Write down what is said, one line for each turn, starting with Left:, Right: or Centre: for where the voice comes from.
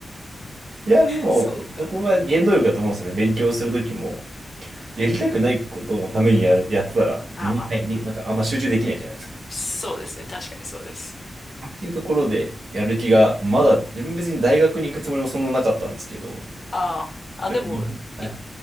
Right: いや、でも、
Left: <laughs> そうか。
Right: そこが原動力だと思うんですよね。勉強するときも。やりたくないことのためにやる、やってたら、
Left: あ、
Right: 身に、
Left: まあまあまあ。
Right: はいみなんかあんま集中できないじゃないですか。
Left: そうですね。確かにそうです。
Right: っていうところで、やる気が、まだ、自分別に大学に行くつもりもそんななかったんですけど、
Left: ああ、
Right: なんか、
Left: あ、でも、
Right: はい。
Left: い、